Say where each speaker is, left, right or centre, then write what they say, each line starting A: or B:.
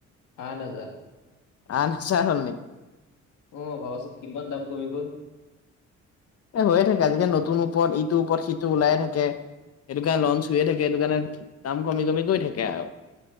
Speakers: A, on the left; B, on the left.
A: আঠ হাজাৰ।
B: আঠ হাজাৰ হ'ল নেকি?
A: অ, ভাবাচোন কিমান দাম কমি গ'ল।
B: এই, হৈয়ে থাকে, আজিকালি নতুন ওপৰত ইটোৰ ওপৰত সিটো ওলায়ে থাকে। সেইটো কাৰণে লনচ হৈয়ে থাকে, সেইটো কাৰণে দাম কমি-কমি গৈ থাকে আৰু।